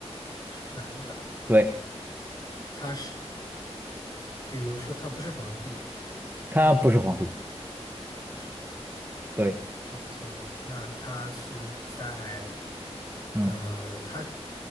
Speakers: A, on the left; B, on the right.
A: 是个男的。
B: 对，
A: 他是，比如说他不是皇帝，
B: 他不是皇帝。
A: 不是皇帝。
B: 对，
A: OK，那他是在
B: 嗯，
A: 呃，他